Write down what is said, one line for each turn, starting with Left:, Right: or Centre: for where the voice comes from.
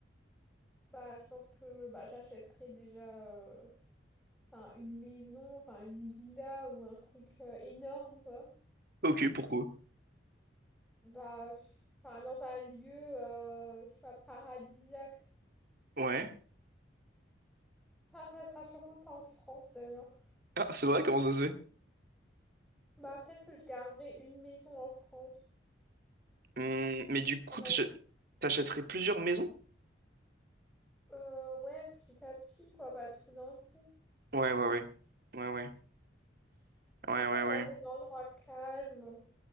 Centre: Bah, je pense que bah, j'achèterais déjà. euh, Enfin, une maison, enfin, une villa ou un truc euh, énorme, quoi.
Right: Ok, pourquoi?
Centre: Bah, pff, enfin, dans un lieu, euh, tu vois, paradisiaque.
Right: Ouais.
Centre: Enfin, ça sera sûrement pas en France, d'ailleurs.
Right: Ah, c'est vrai, comment ça se fait?
Centre: Bah, peut-être que je garderai une maison en France,
Right: Hum, mais du coup,
Centre: quand même.
Right: t'achè- t'achèterais plusieurs maisons?
Centre: Euh, ouais, petit à petit, quoi, pas tout d'un coup.
Right: Ouais, ouais, ouais. Ouais, ouais. Ouais, ouais,
Centre: Pas dans
Right: ouais.
Centre: des endroits calmes.